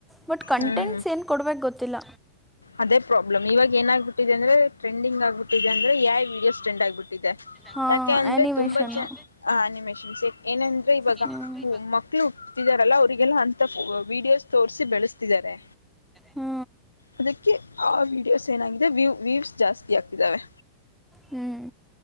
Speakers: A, in the centre; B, on the left (about 80°).
A: ಬಟ್ ಕಂಟೆಂಟ್ಸ್
B: ಹ್ಮ್
A: ಏನು ಕೊಡ್ಬೇಕು ಗೊತ್ತಿಲ್ಲ.
B: ಅದೇ ಪ್ರಾಬ್ಲಮ್ ಇವಾಗ ಏನಾಗ್ಬಟ್ಟಿದೆ ಅಂದ್ರೆ ಟ್ರೆಂಡಂಗ್ ಆಗ್ಬಿಟ್ಟಿದೆ ಯಾ ವೀಡಿಯೋಸ್ ಟ್ರೆಂಡ್ ಆಗ್ಬಿಟ್ಟಿದೆ.
A: ಹಾ
B: ಯಾಕೆ ಅಂದ್ರೆ
A: ಆನಿಮೇಷನ್ನು
B: ತುಂಬಾ ಜ ಆ ಅನಿಮೇಷನ್ಸ್ ಏನಂದ್ರೆ ಇವಾಗ
A: ಹ್ಮ್
B: ಮಕ್ಳು ಹುಟ್ಟತಿದಾರಲ್ಲ ಅವರಿಗೆಲ್ಲ ಅಂತ ವೀಡಿಯೋಸ್ ತೋರ್ಸಿ ಬೆಳೆಸ್ತಿದ್ದಾರೆ.
A: ಹ್ಮಾ
B: ಅದಕ್ಕೆ ಆ ವೀಡಿಯೋಸ್ ಏನಾಗಿದೆ ವ್ಯೂ ವ್ಯೂವ್ಸ್ ಜಾಸ್ತಿ ಆಗ್ತಿದಾವೆ.
A: ಹ್ಮ್